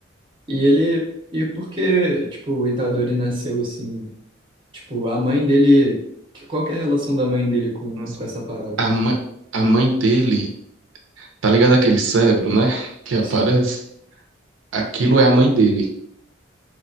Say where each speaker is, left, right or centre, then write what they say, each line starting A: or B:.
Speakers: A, on the right; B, on the right.
A: E ele. E porque, tipo, o Itadori nasceu assim. Tipo, a mãe dele. que- Qual que é a relação da mãe dele com,
B: Nossa.
A: com essa parada?
B: A, ma- a mãe dele, tá ligado aquele cérebro, né? <laughs> Que aparece?
A: Sim.
B: Aquilo é a mãe dele.